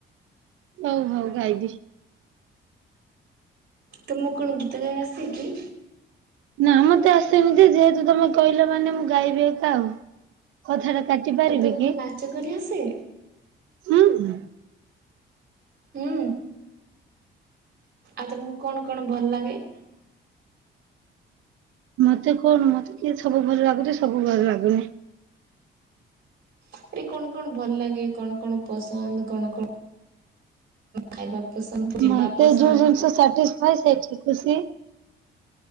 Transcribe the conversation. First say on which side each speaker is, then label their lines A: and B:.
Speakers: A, on the right; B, on the right.
A: ହଉ ହଉ ଗାଇବି।
B: ତ ମୁଁ କଣ ଗୀତ ଗାଇ ଆସେ କି?
A: ନା ମତେ ଆସେ ନି ଯେ ଯେହେତୁ ତମେ କହିଲ ମାନେ ମୁଁ ଗାଇବି ଏକା ଆଉ। କଥାଟା କାଟି ପାରିବି
B: ଆ ତମକୁ
A: କି?
B: ନାଚ କରି ଆସେ।
A: ହୁଁ ଉଁ।
B: ହୁଁ ଆଉ ତମକୁ କଣ କଣ ଭଲ ଲାଗେ?
A: ମତେ କଣ ମତେ କିଏ ସବୁ ଭଲ ଲାଗୁଛି ସବୁ ଭଲ ଲାଗୁନି।
B: ଆରେ କଣ କଣ ଭଲ ଲାଗେ କଣ କଣ ପସନ୍ଦ କଣ କଣ ଖାଇବା ପସନ୍ଦ। ଯିବା
A: ମତେ
B: ପସନ୍ଦ
A: ଯଉ ଜିନିଷ ସାଟିସ୍ଫାଇ ସେଇଠି ଖୁସି।